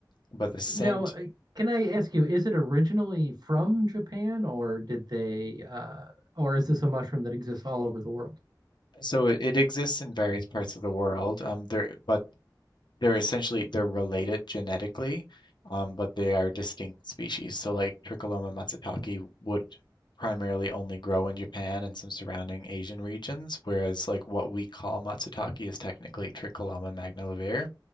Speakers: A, on the left; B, on the right.
A: But the scent,
B: Now, uh, can I ask you, is it originally from Japan or did they uh or is this a mushroom that exists all over the world?
A: so it, it exists in various parts of the world. Um, there, but they're essentially they're related genetically, um, but they are distinct species. So like Tricholoma matsutake would primarily only grow in Japan and some surrounding Asian regions, whereas like what we call matsutake is technically Tricholoma magnivelare.